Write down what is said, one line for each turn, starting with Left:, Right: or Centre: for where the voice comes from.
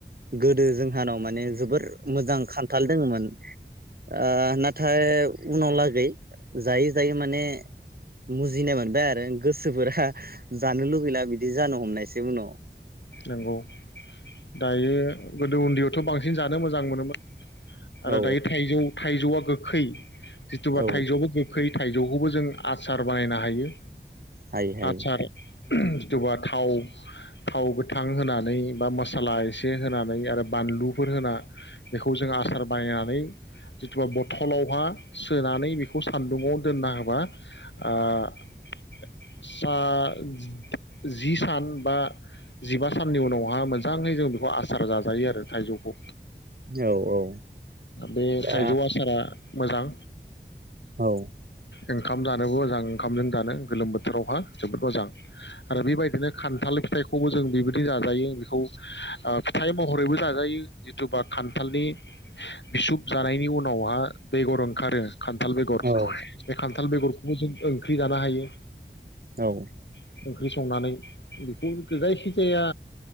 Right: गोदो जोंहानाव माने जोबोर मोजां खान्थाल दङमोन आ नाथ हाय उनाव लागै जायै जायै माने मुजिनाय मोनबाय आरो गोसोफोरा जानो लुगैला बिदि जानो हमनायसै उनाव
Left: नंगौ दायो गोदो उन्दैयावथ' बांसिन जानो मोजां मोनोमोन आरो
Right: औ
Left: दायो थाइजौ थाइजौआ गोखै जिथुुबा
Right: औ
Left: थाइजौआबो गोखै थाइजौखौबो जों आसार बानायनो हायो
Right: हाय हाय
Left: आसार <unintelligible> जिथुबा थाव थाव गोथ थां होनानै बा मसाला एसे होनानै आरो बानलुफोर होना बेखौ जों आसार बानायनानै जिथुुबा बथलावहा सोनानै बेखौ सान्दुंङाव दोनना होबा ओ सा जि सान बा जिबा साननि उनावहा मोजाङै जों बेखौ आसार जाजायो आरो थाइजौखौ
Right: औ औ
Left: बे
Right: दा
Left: थाइजौ आसारा मोजां
Right: औ
Left: ओंखाम जानोबो मोजां ओंखामजों जानो गोलोम बोथोरावहा जोबोद मोजां आरो बेबायदिनो खान्थाल फिथाइखौबो जों बेबायदि जाजायो बेखौ ओ फिथाइ महरैबो जाजायो जिथुबा खान्थालनि बिसुब जानायनि उनावहा बेगर ओंखारो खान्थाल बेगर
Right: औ
Left: बे खान्थाल बेगरखौबो जों ओ ख्रि जानो हायो।
Right: औ
Left: <unintelligible> ओंख्रि संनानै बेखौ जायखिजाया